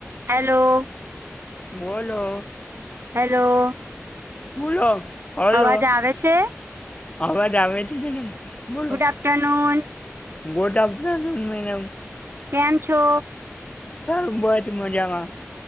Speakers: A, on the right; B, on the left.
A: Hello.
B: બોલો.
A: Hello.
B: બોલો hello
A: અવાજ આવે છે
B: અવાજ આવે છે મેડમ. બોલો
A: good afternoon
B: good afternoon madam.
A: કેમ છો?
B: ચાલ બટ મજામાં.